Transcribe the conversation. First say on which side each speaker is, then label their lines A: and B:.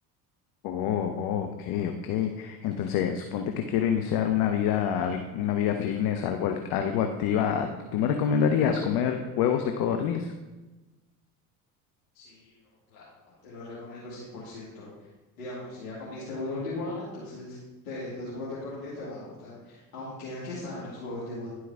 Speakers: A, on the left; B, on the left.
A: Oh, oh, ok, ok. Entonces, suponte que quiero iniciar una vida, al- una vida fitness, algo, al- algo activa. ¿Tú me recomendarías comer huevos de codorniz?
B: Sí, bro, claro. Te lo recomiendo 100%. Digamos, si ya comiste huevos de iguana, entonces te- los huevos de codorniz te van a gustar. Aunque, ¿a qué saben los huevos de iguana?